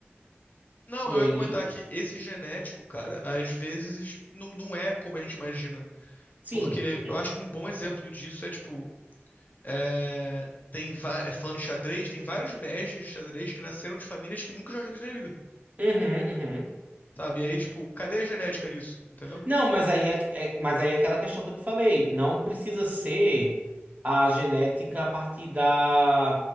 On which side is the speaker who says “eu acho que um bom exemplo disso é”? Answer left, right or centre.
Left